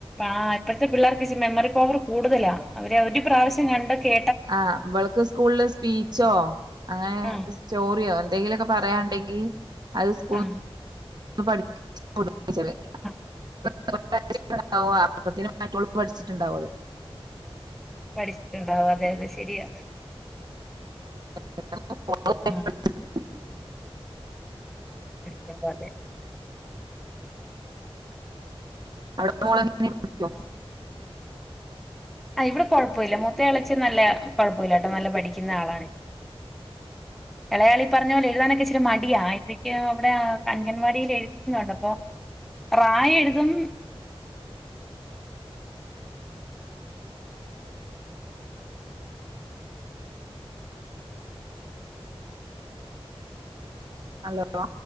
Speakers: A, in the centre; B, on the right.
A: ആ ഇപ്പത്തെ പിള്ളേർക്ക് ഇച്ചി മെമ്മറി പവർ കൂടുതലാ. അവര് ഒരു പ്രാവശ്യം കണ്ട് കേ
B: അ ഇവൾക്ക് സ്കൂള് സ്പീച്ചോ അങ്ങനെ
A: ആ
B: സ്റ്റോറിയോ എന്തെങ്കിലും ഒക്കെ പറയാണ്ടെങ്കി അത് സ്കൂൾ
A: ആ
B: പഠിപ്പിച് <unintelligible>
A: ആ
B: <unintelligible> മറ്റോൾ പഠിച്ചിട്ടുണ്ടാഉ അത്
A: പഠിച്ചിട്ടുണ്ടാവല്ലെ അത് ശെരിയാ
B: <inaudible> <unintelligible>
A: ആ <unintelligible>
B: <unintelligible>
A: ആ ഇവിടെ കുഴപ്പം ഇല്ല മൂത്ത ആൾ ഇച്ചെ നല്ല കുഴപ്പയില്ലാട്ടോ നല്ല പഠിക്കുന്ന ആളാണ് ഇളയ ആൾ ഈ പറഞ്ഞ പോലെ എഴുതാനൊക്കെ ഇച്ചിരി മടിയാ എനിക്ക് അവിടെ അംഗൻവാടിയില് എഴുതുന്നുണ്ട് അപ്പൊ റ എഴുതും
B: ഹലോ